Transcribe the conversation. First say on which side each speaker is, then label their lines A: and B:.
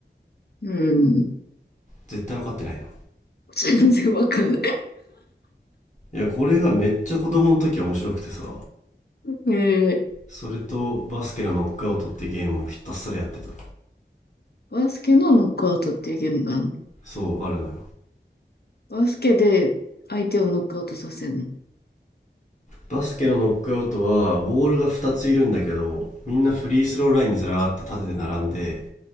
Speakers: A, on the left; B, on the left.
A: うん。
B: 絶対分かってないな
A: 全然わかんない。
B: いやこれがめっちゃ子供の時面白くてさ
A: <laughs> えー、
B: それとバスケのノックアウトってゲームをひたすらやってた
A: バスケのノックアウトっていうゲームがあるの。
B: そうあるのよ
A: バスケで相手をノックアウトさせるの。
B: バスケのノックアウトはボールが2ついるんだけどみんなフリースローラインにずらーって立てて並んで